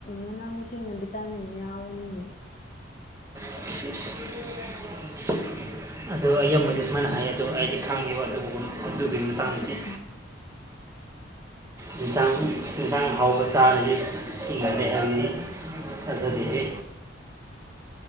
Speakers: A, on the left (about 35°); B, on the right (about 15°).
A: ꯃꯅꯥ ꯃꯁꯤꯡꯅ ꯚꯤꯇꯥꯃꯤꯟ ꯌꯥꯎꯔꯅꯤ꯫
B: <unintelligible> ꯑꯗꯨ ꯑꯌꯥꯝꯕꯗꯤ ꯑꯩꯈꯣꯏꯅ ꯍꯥꯏ ꯑ ꯑꯗꯨ ꯑꯩꯗꯤ ꯈꯪꯗꯤꯕ ꯑꯗꯨꯒꯨꯝꯕ꯫ ꯑꯗꯨꯒꯤ ꯃꯇꯥꯡꯗꯗꯤ
A: <unintelligible>
B: ꯌꯦꯟꯁꯥꯡ ꯌꯦꯟꯁꯥꯡ ꯍꯥꯎꯕ ꯆꯥꯔꯗꯤ ꯁꯤꯈꯂꯦ ꯍꯥꯏꯕꯗꯤ ꯇꯥꯖꯗꯍꯦ꯫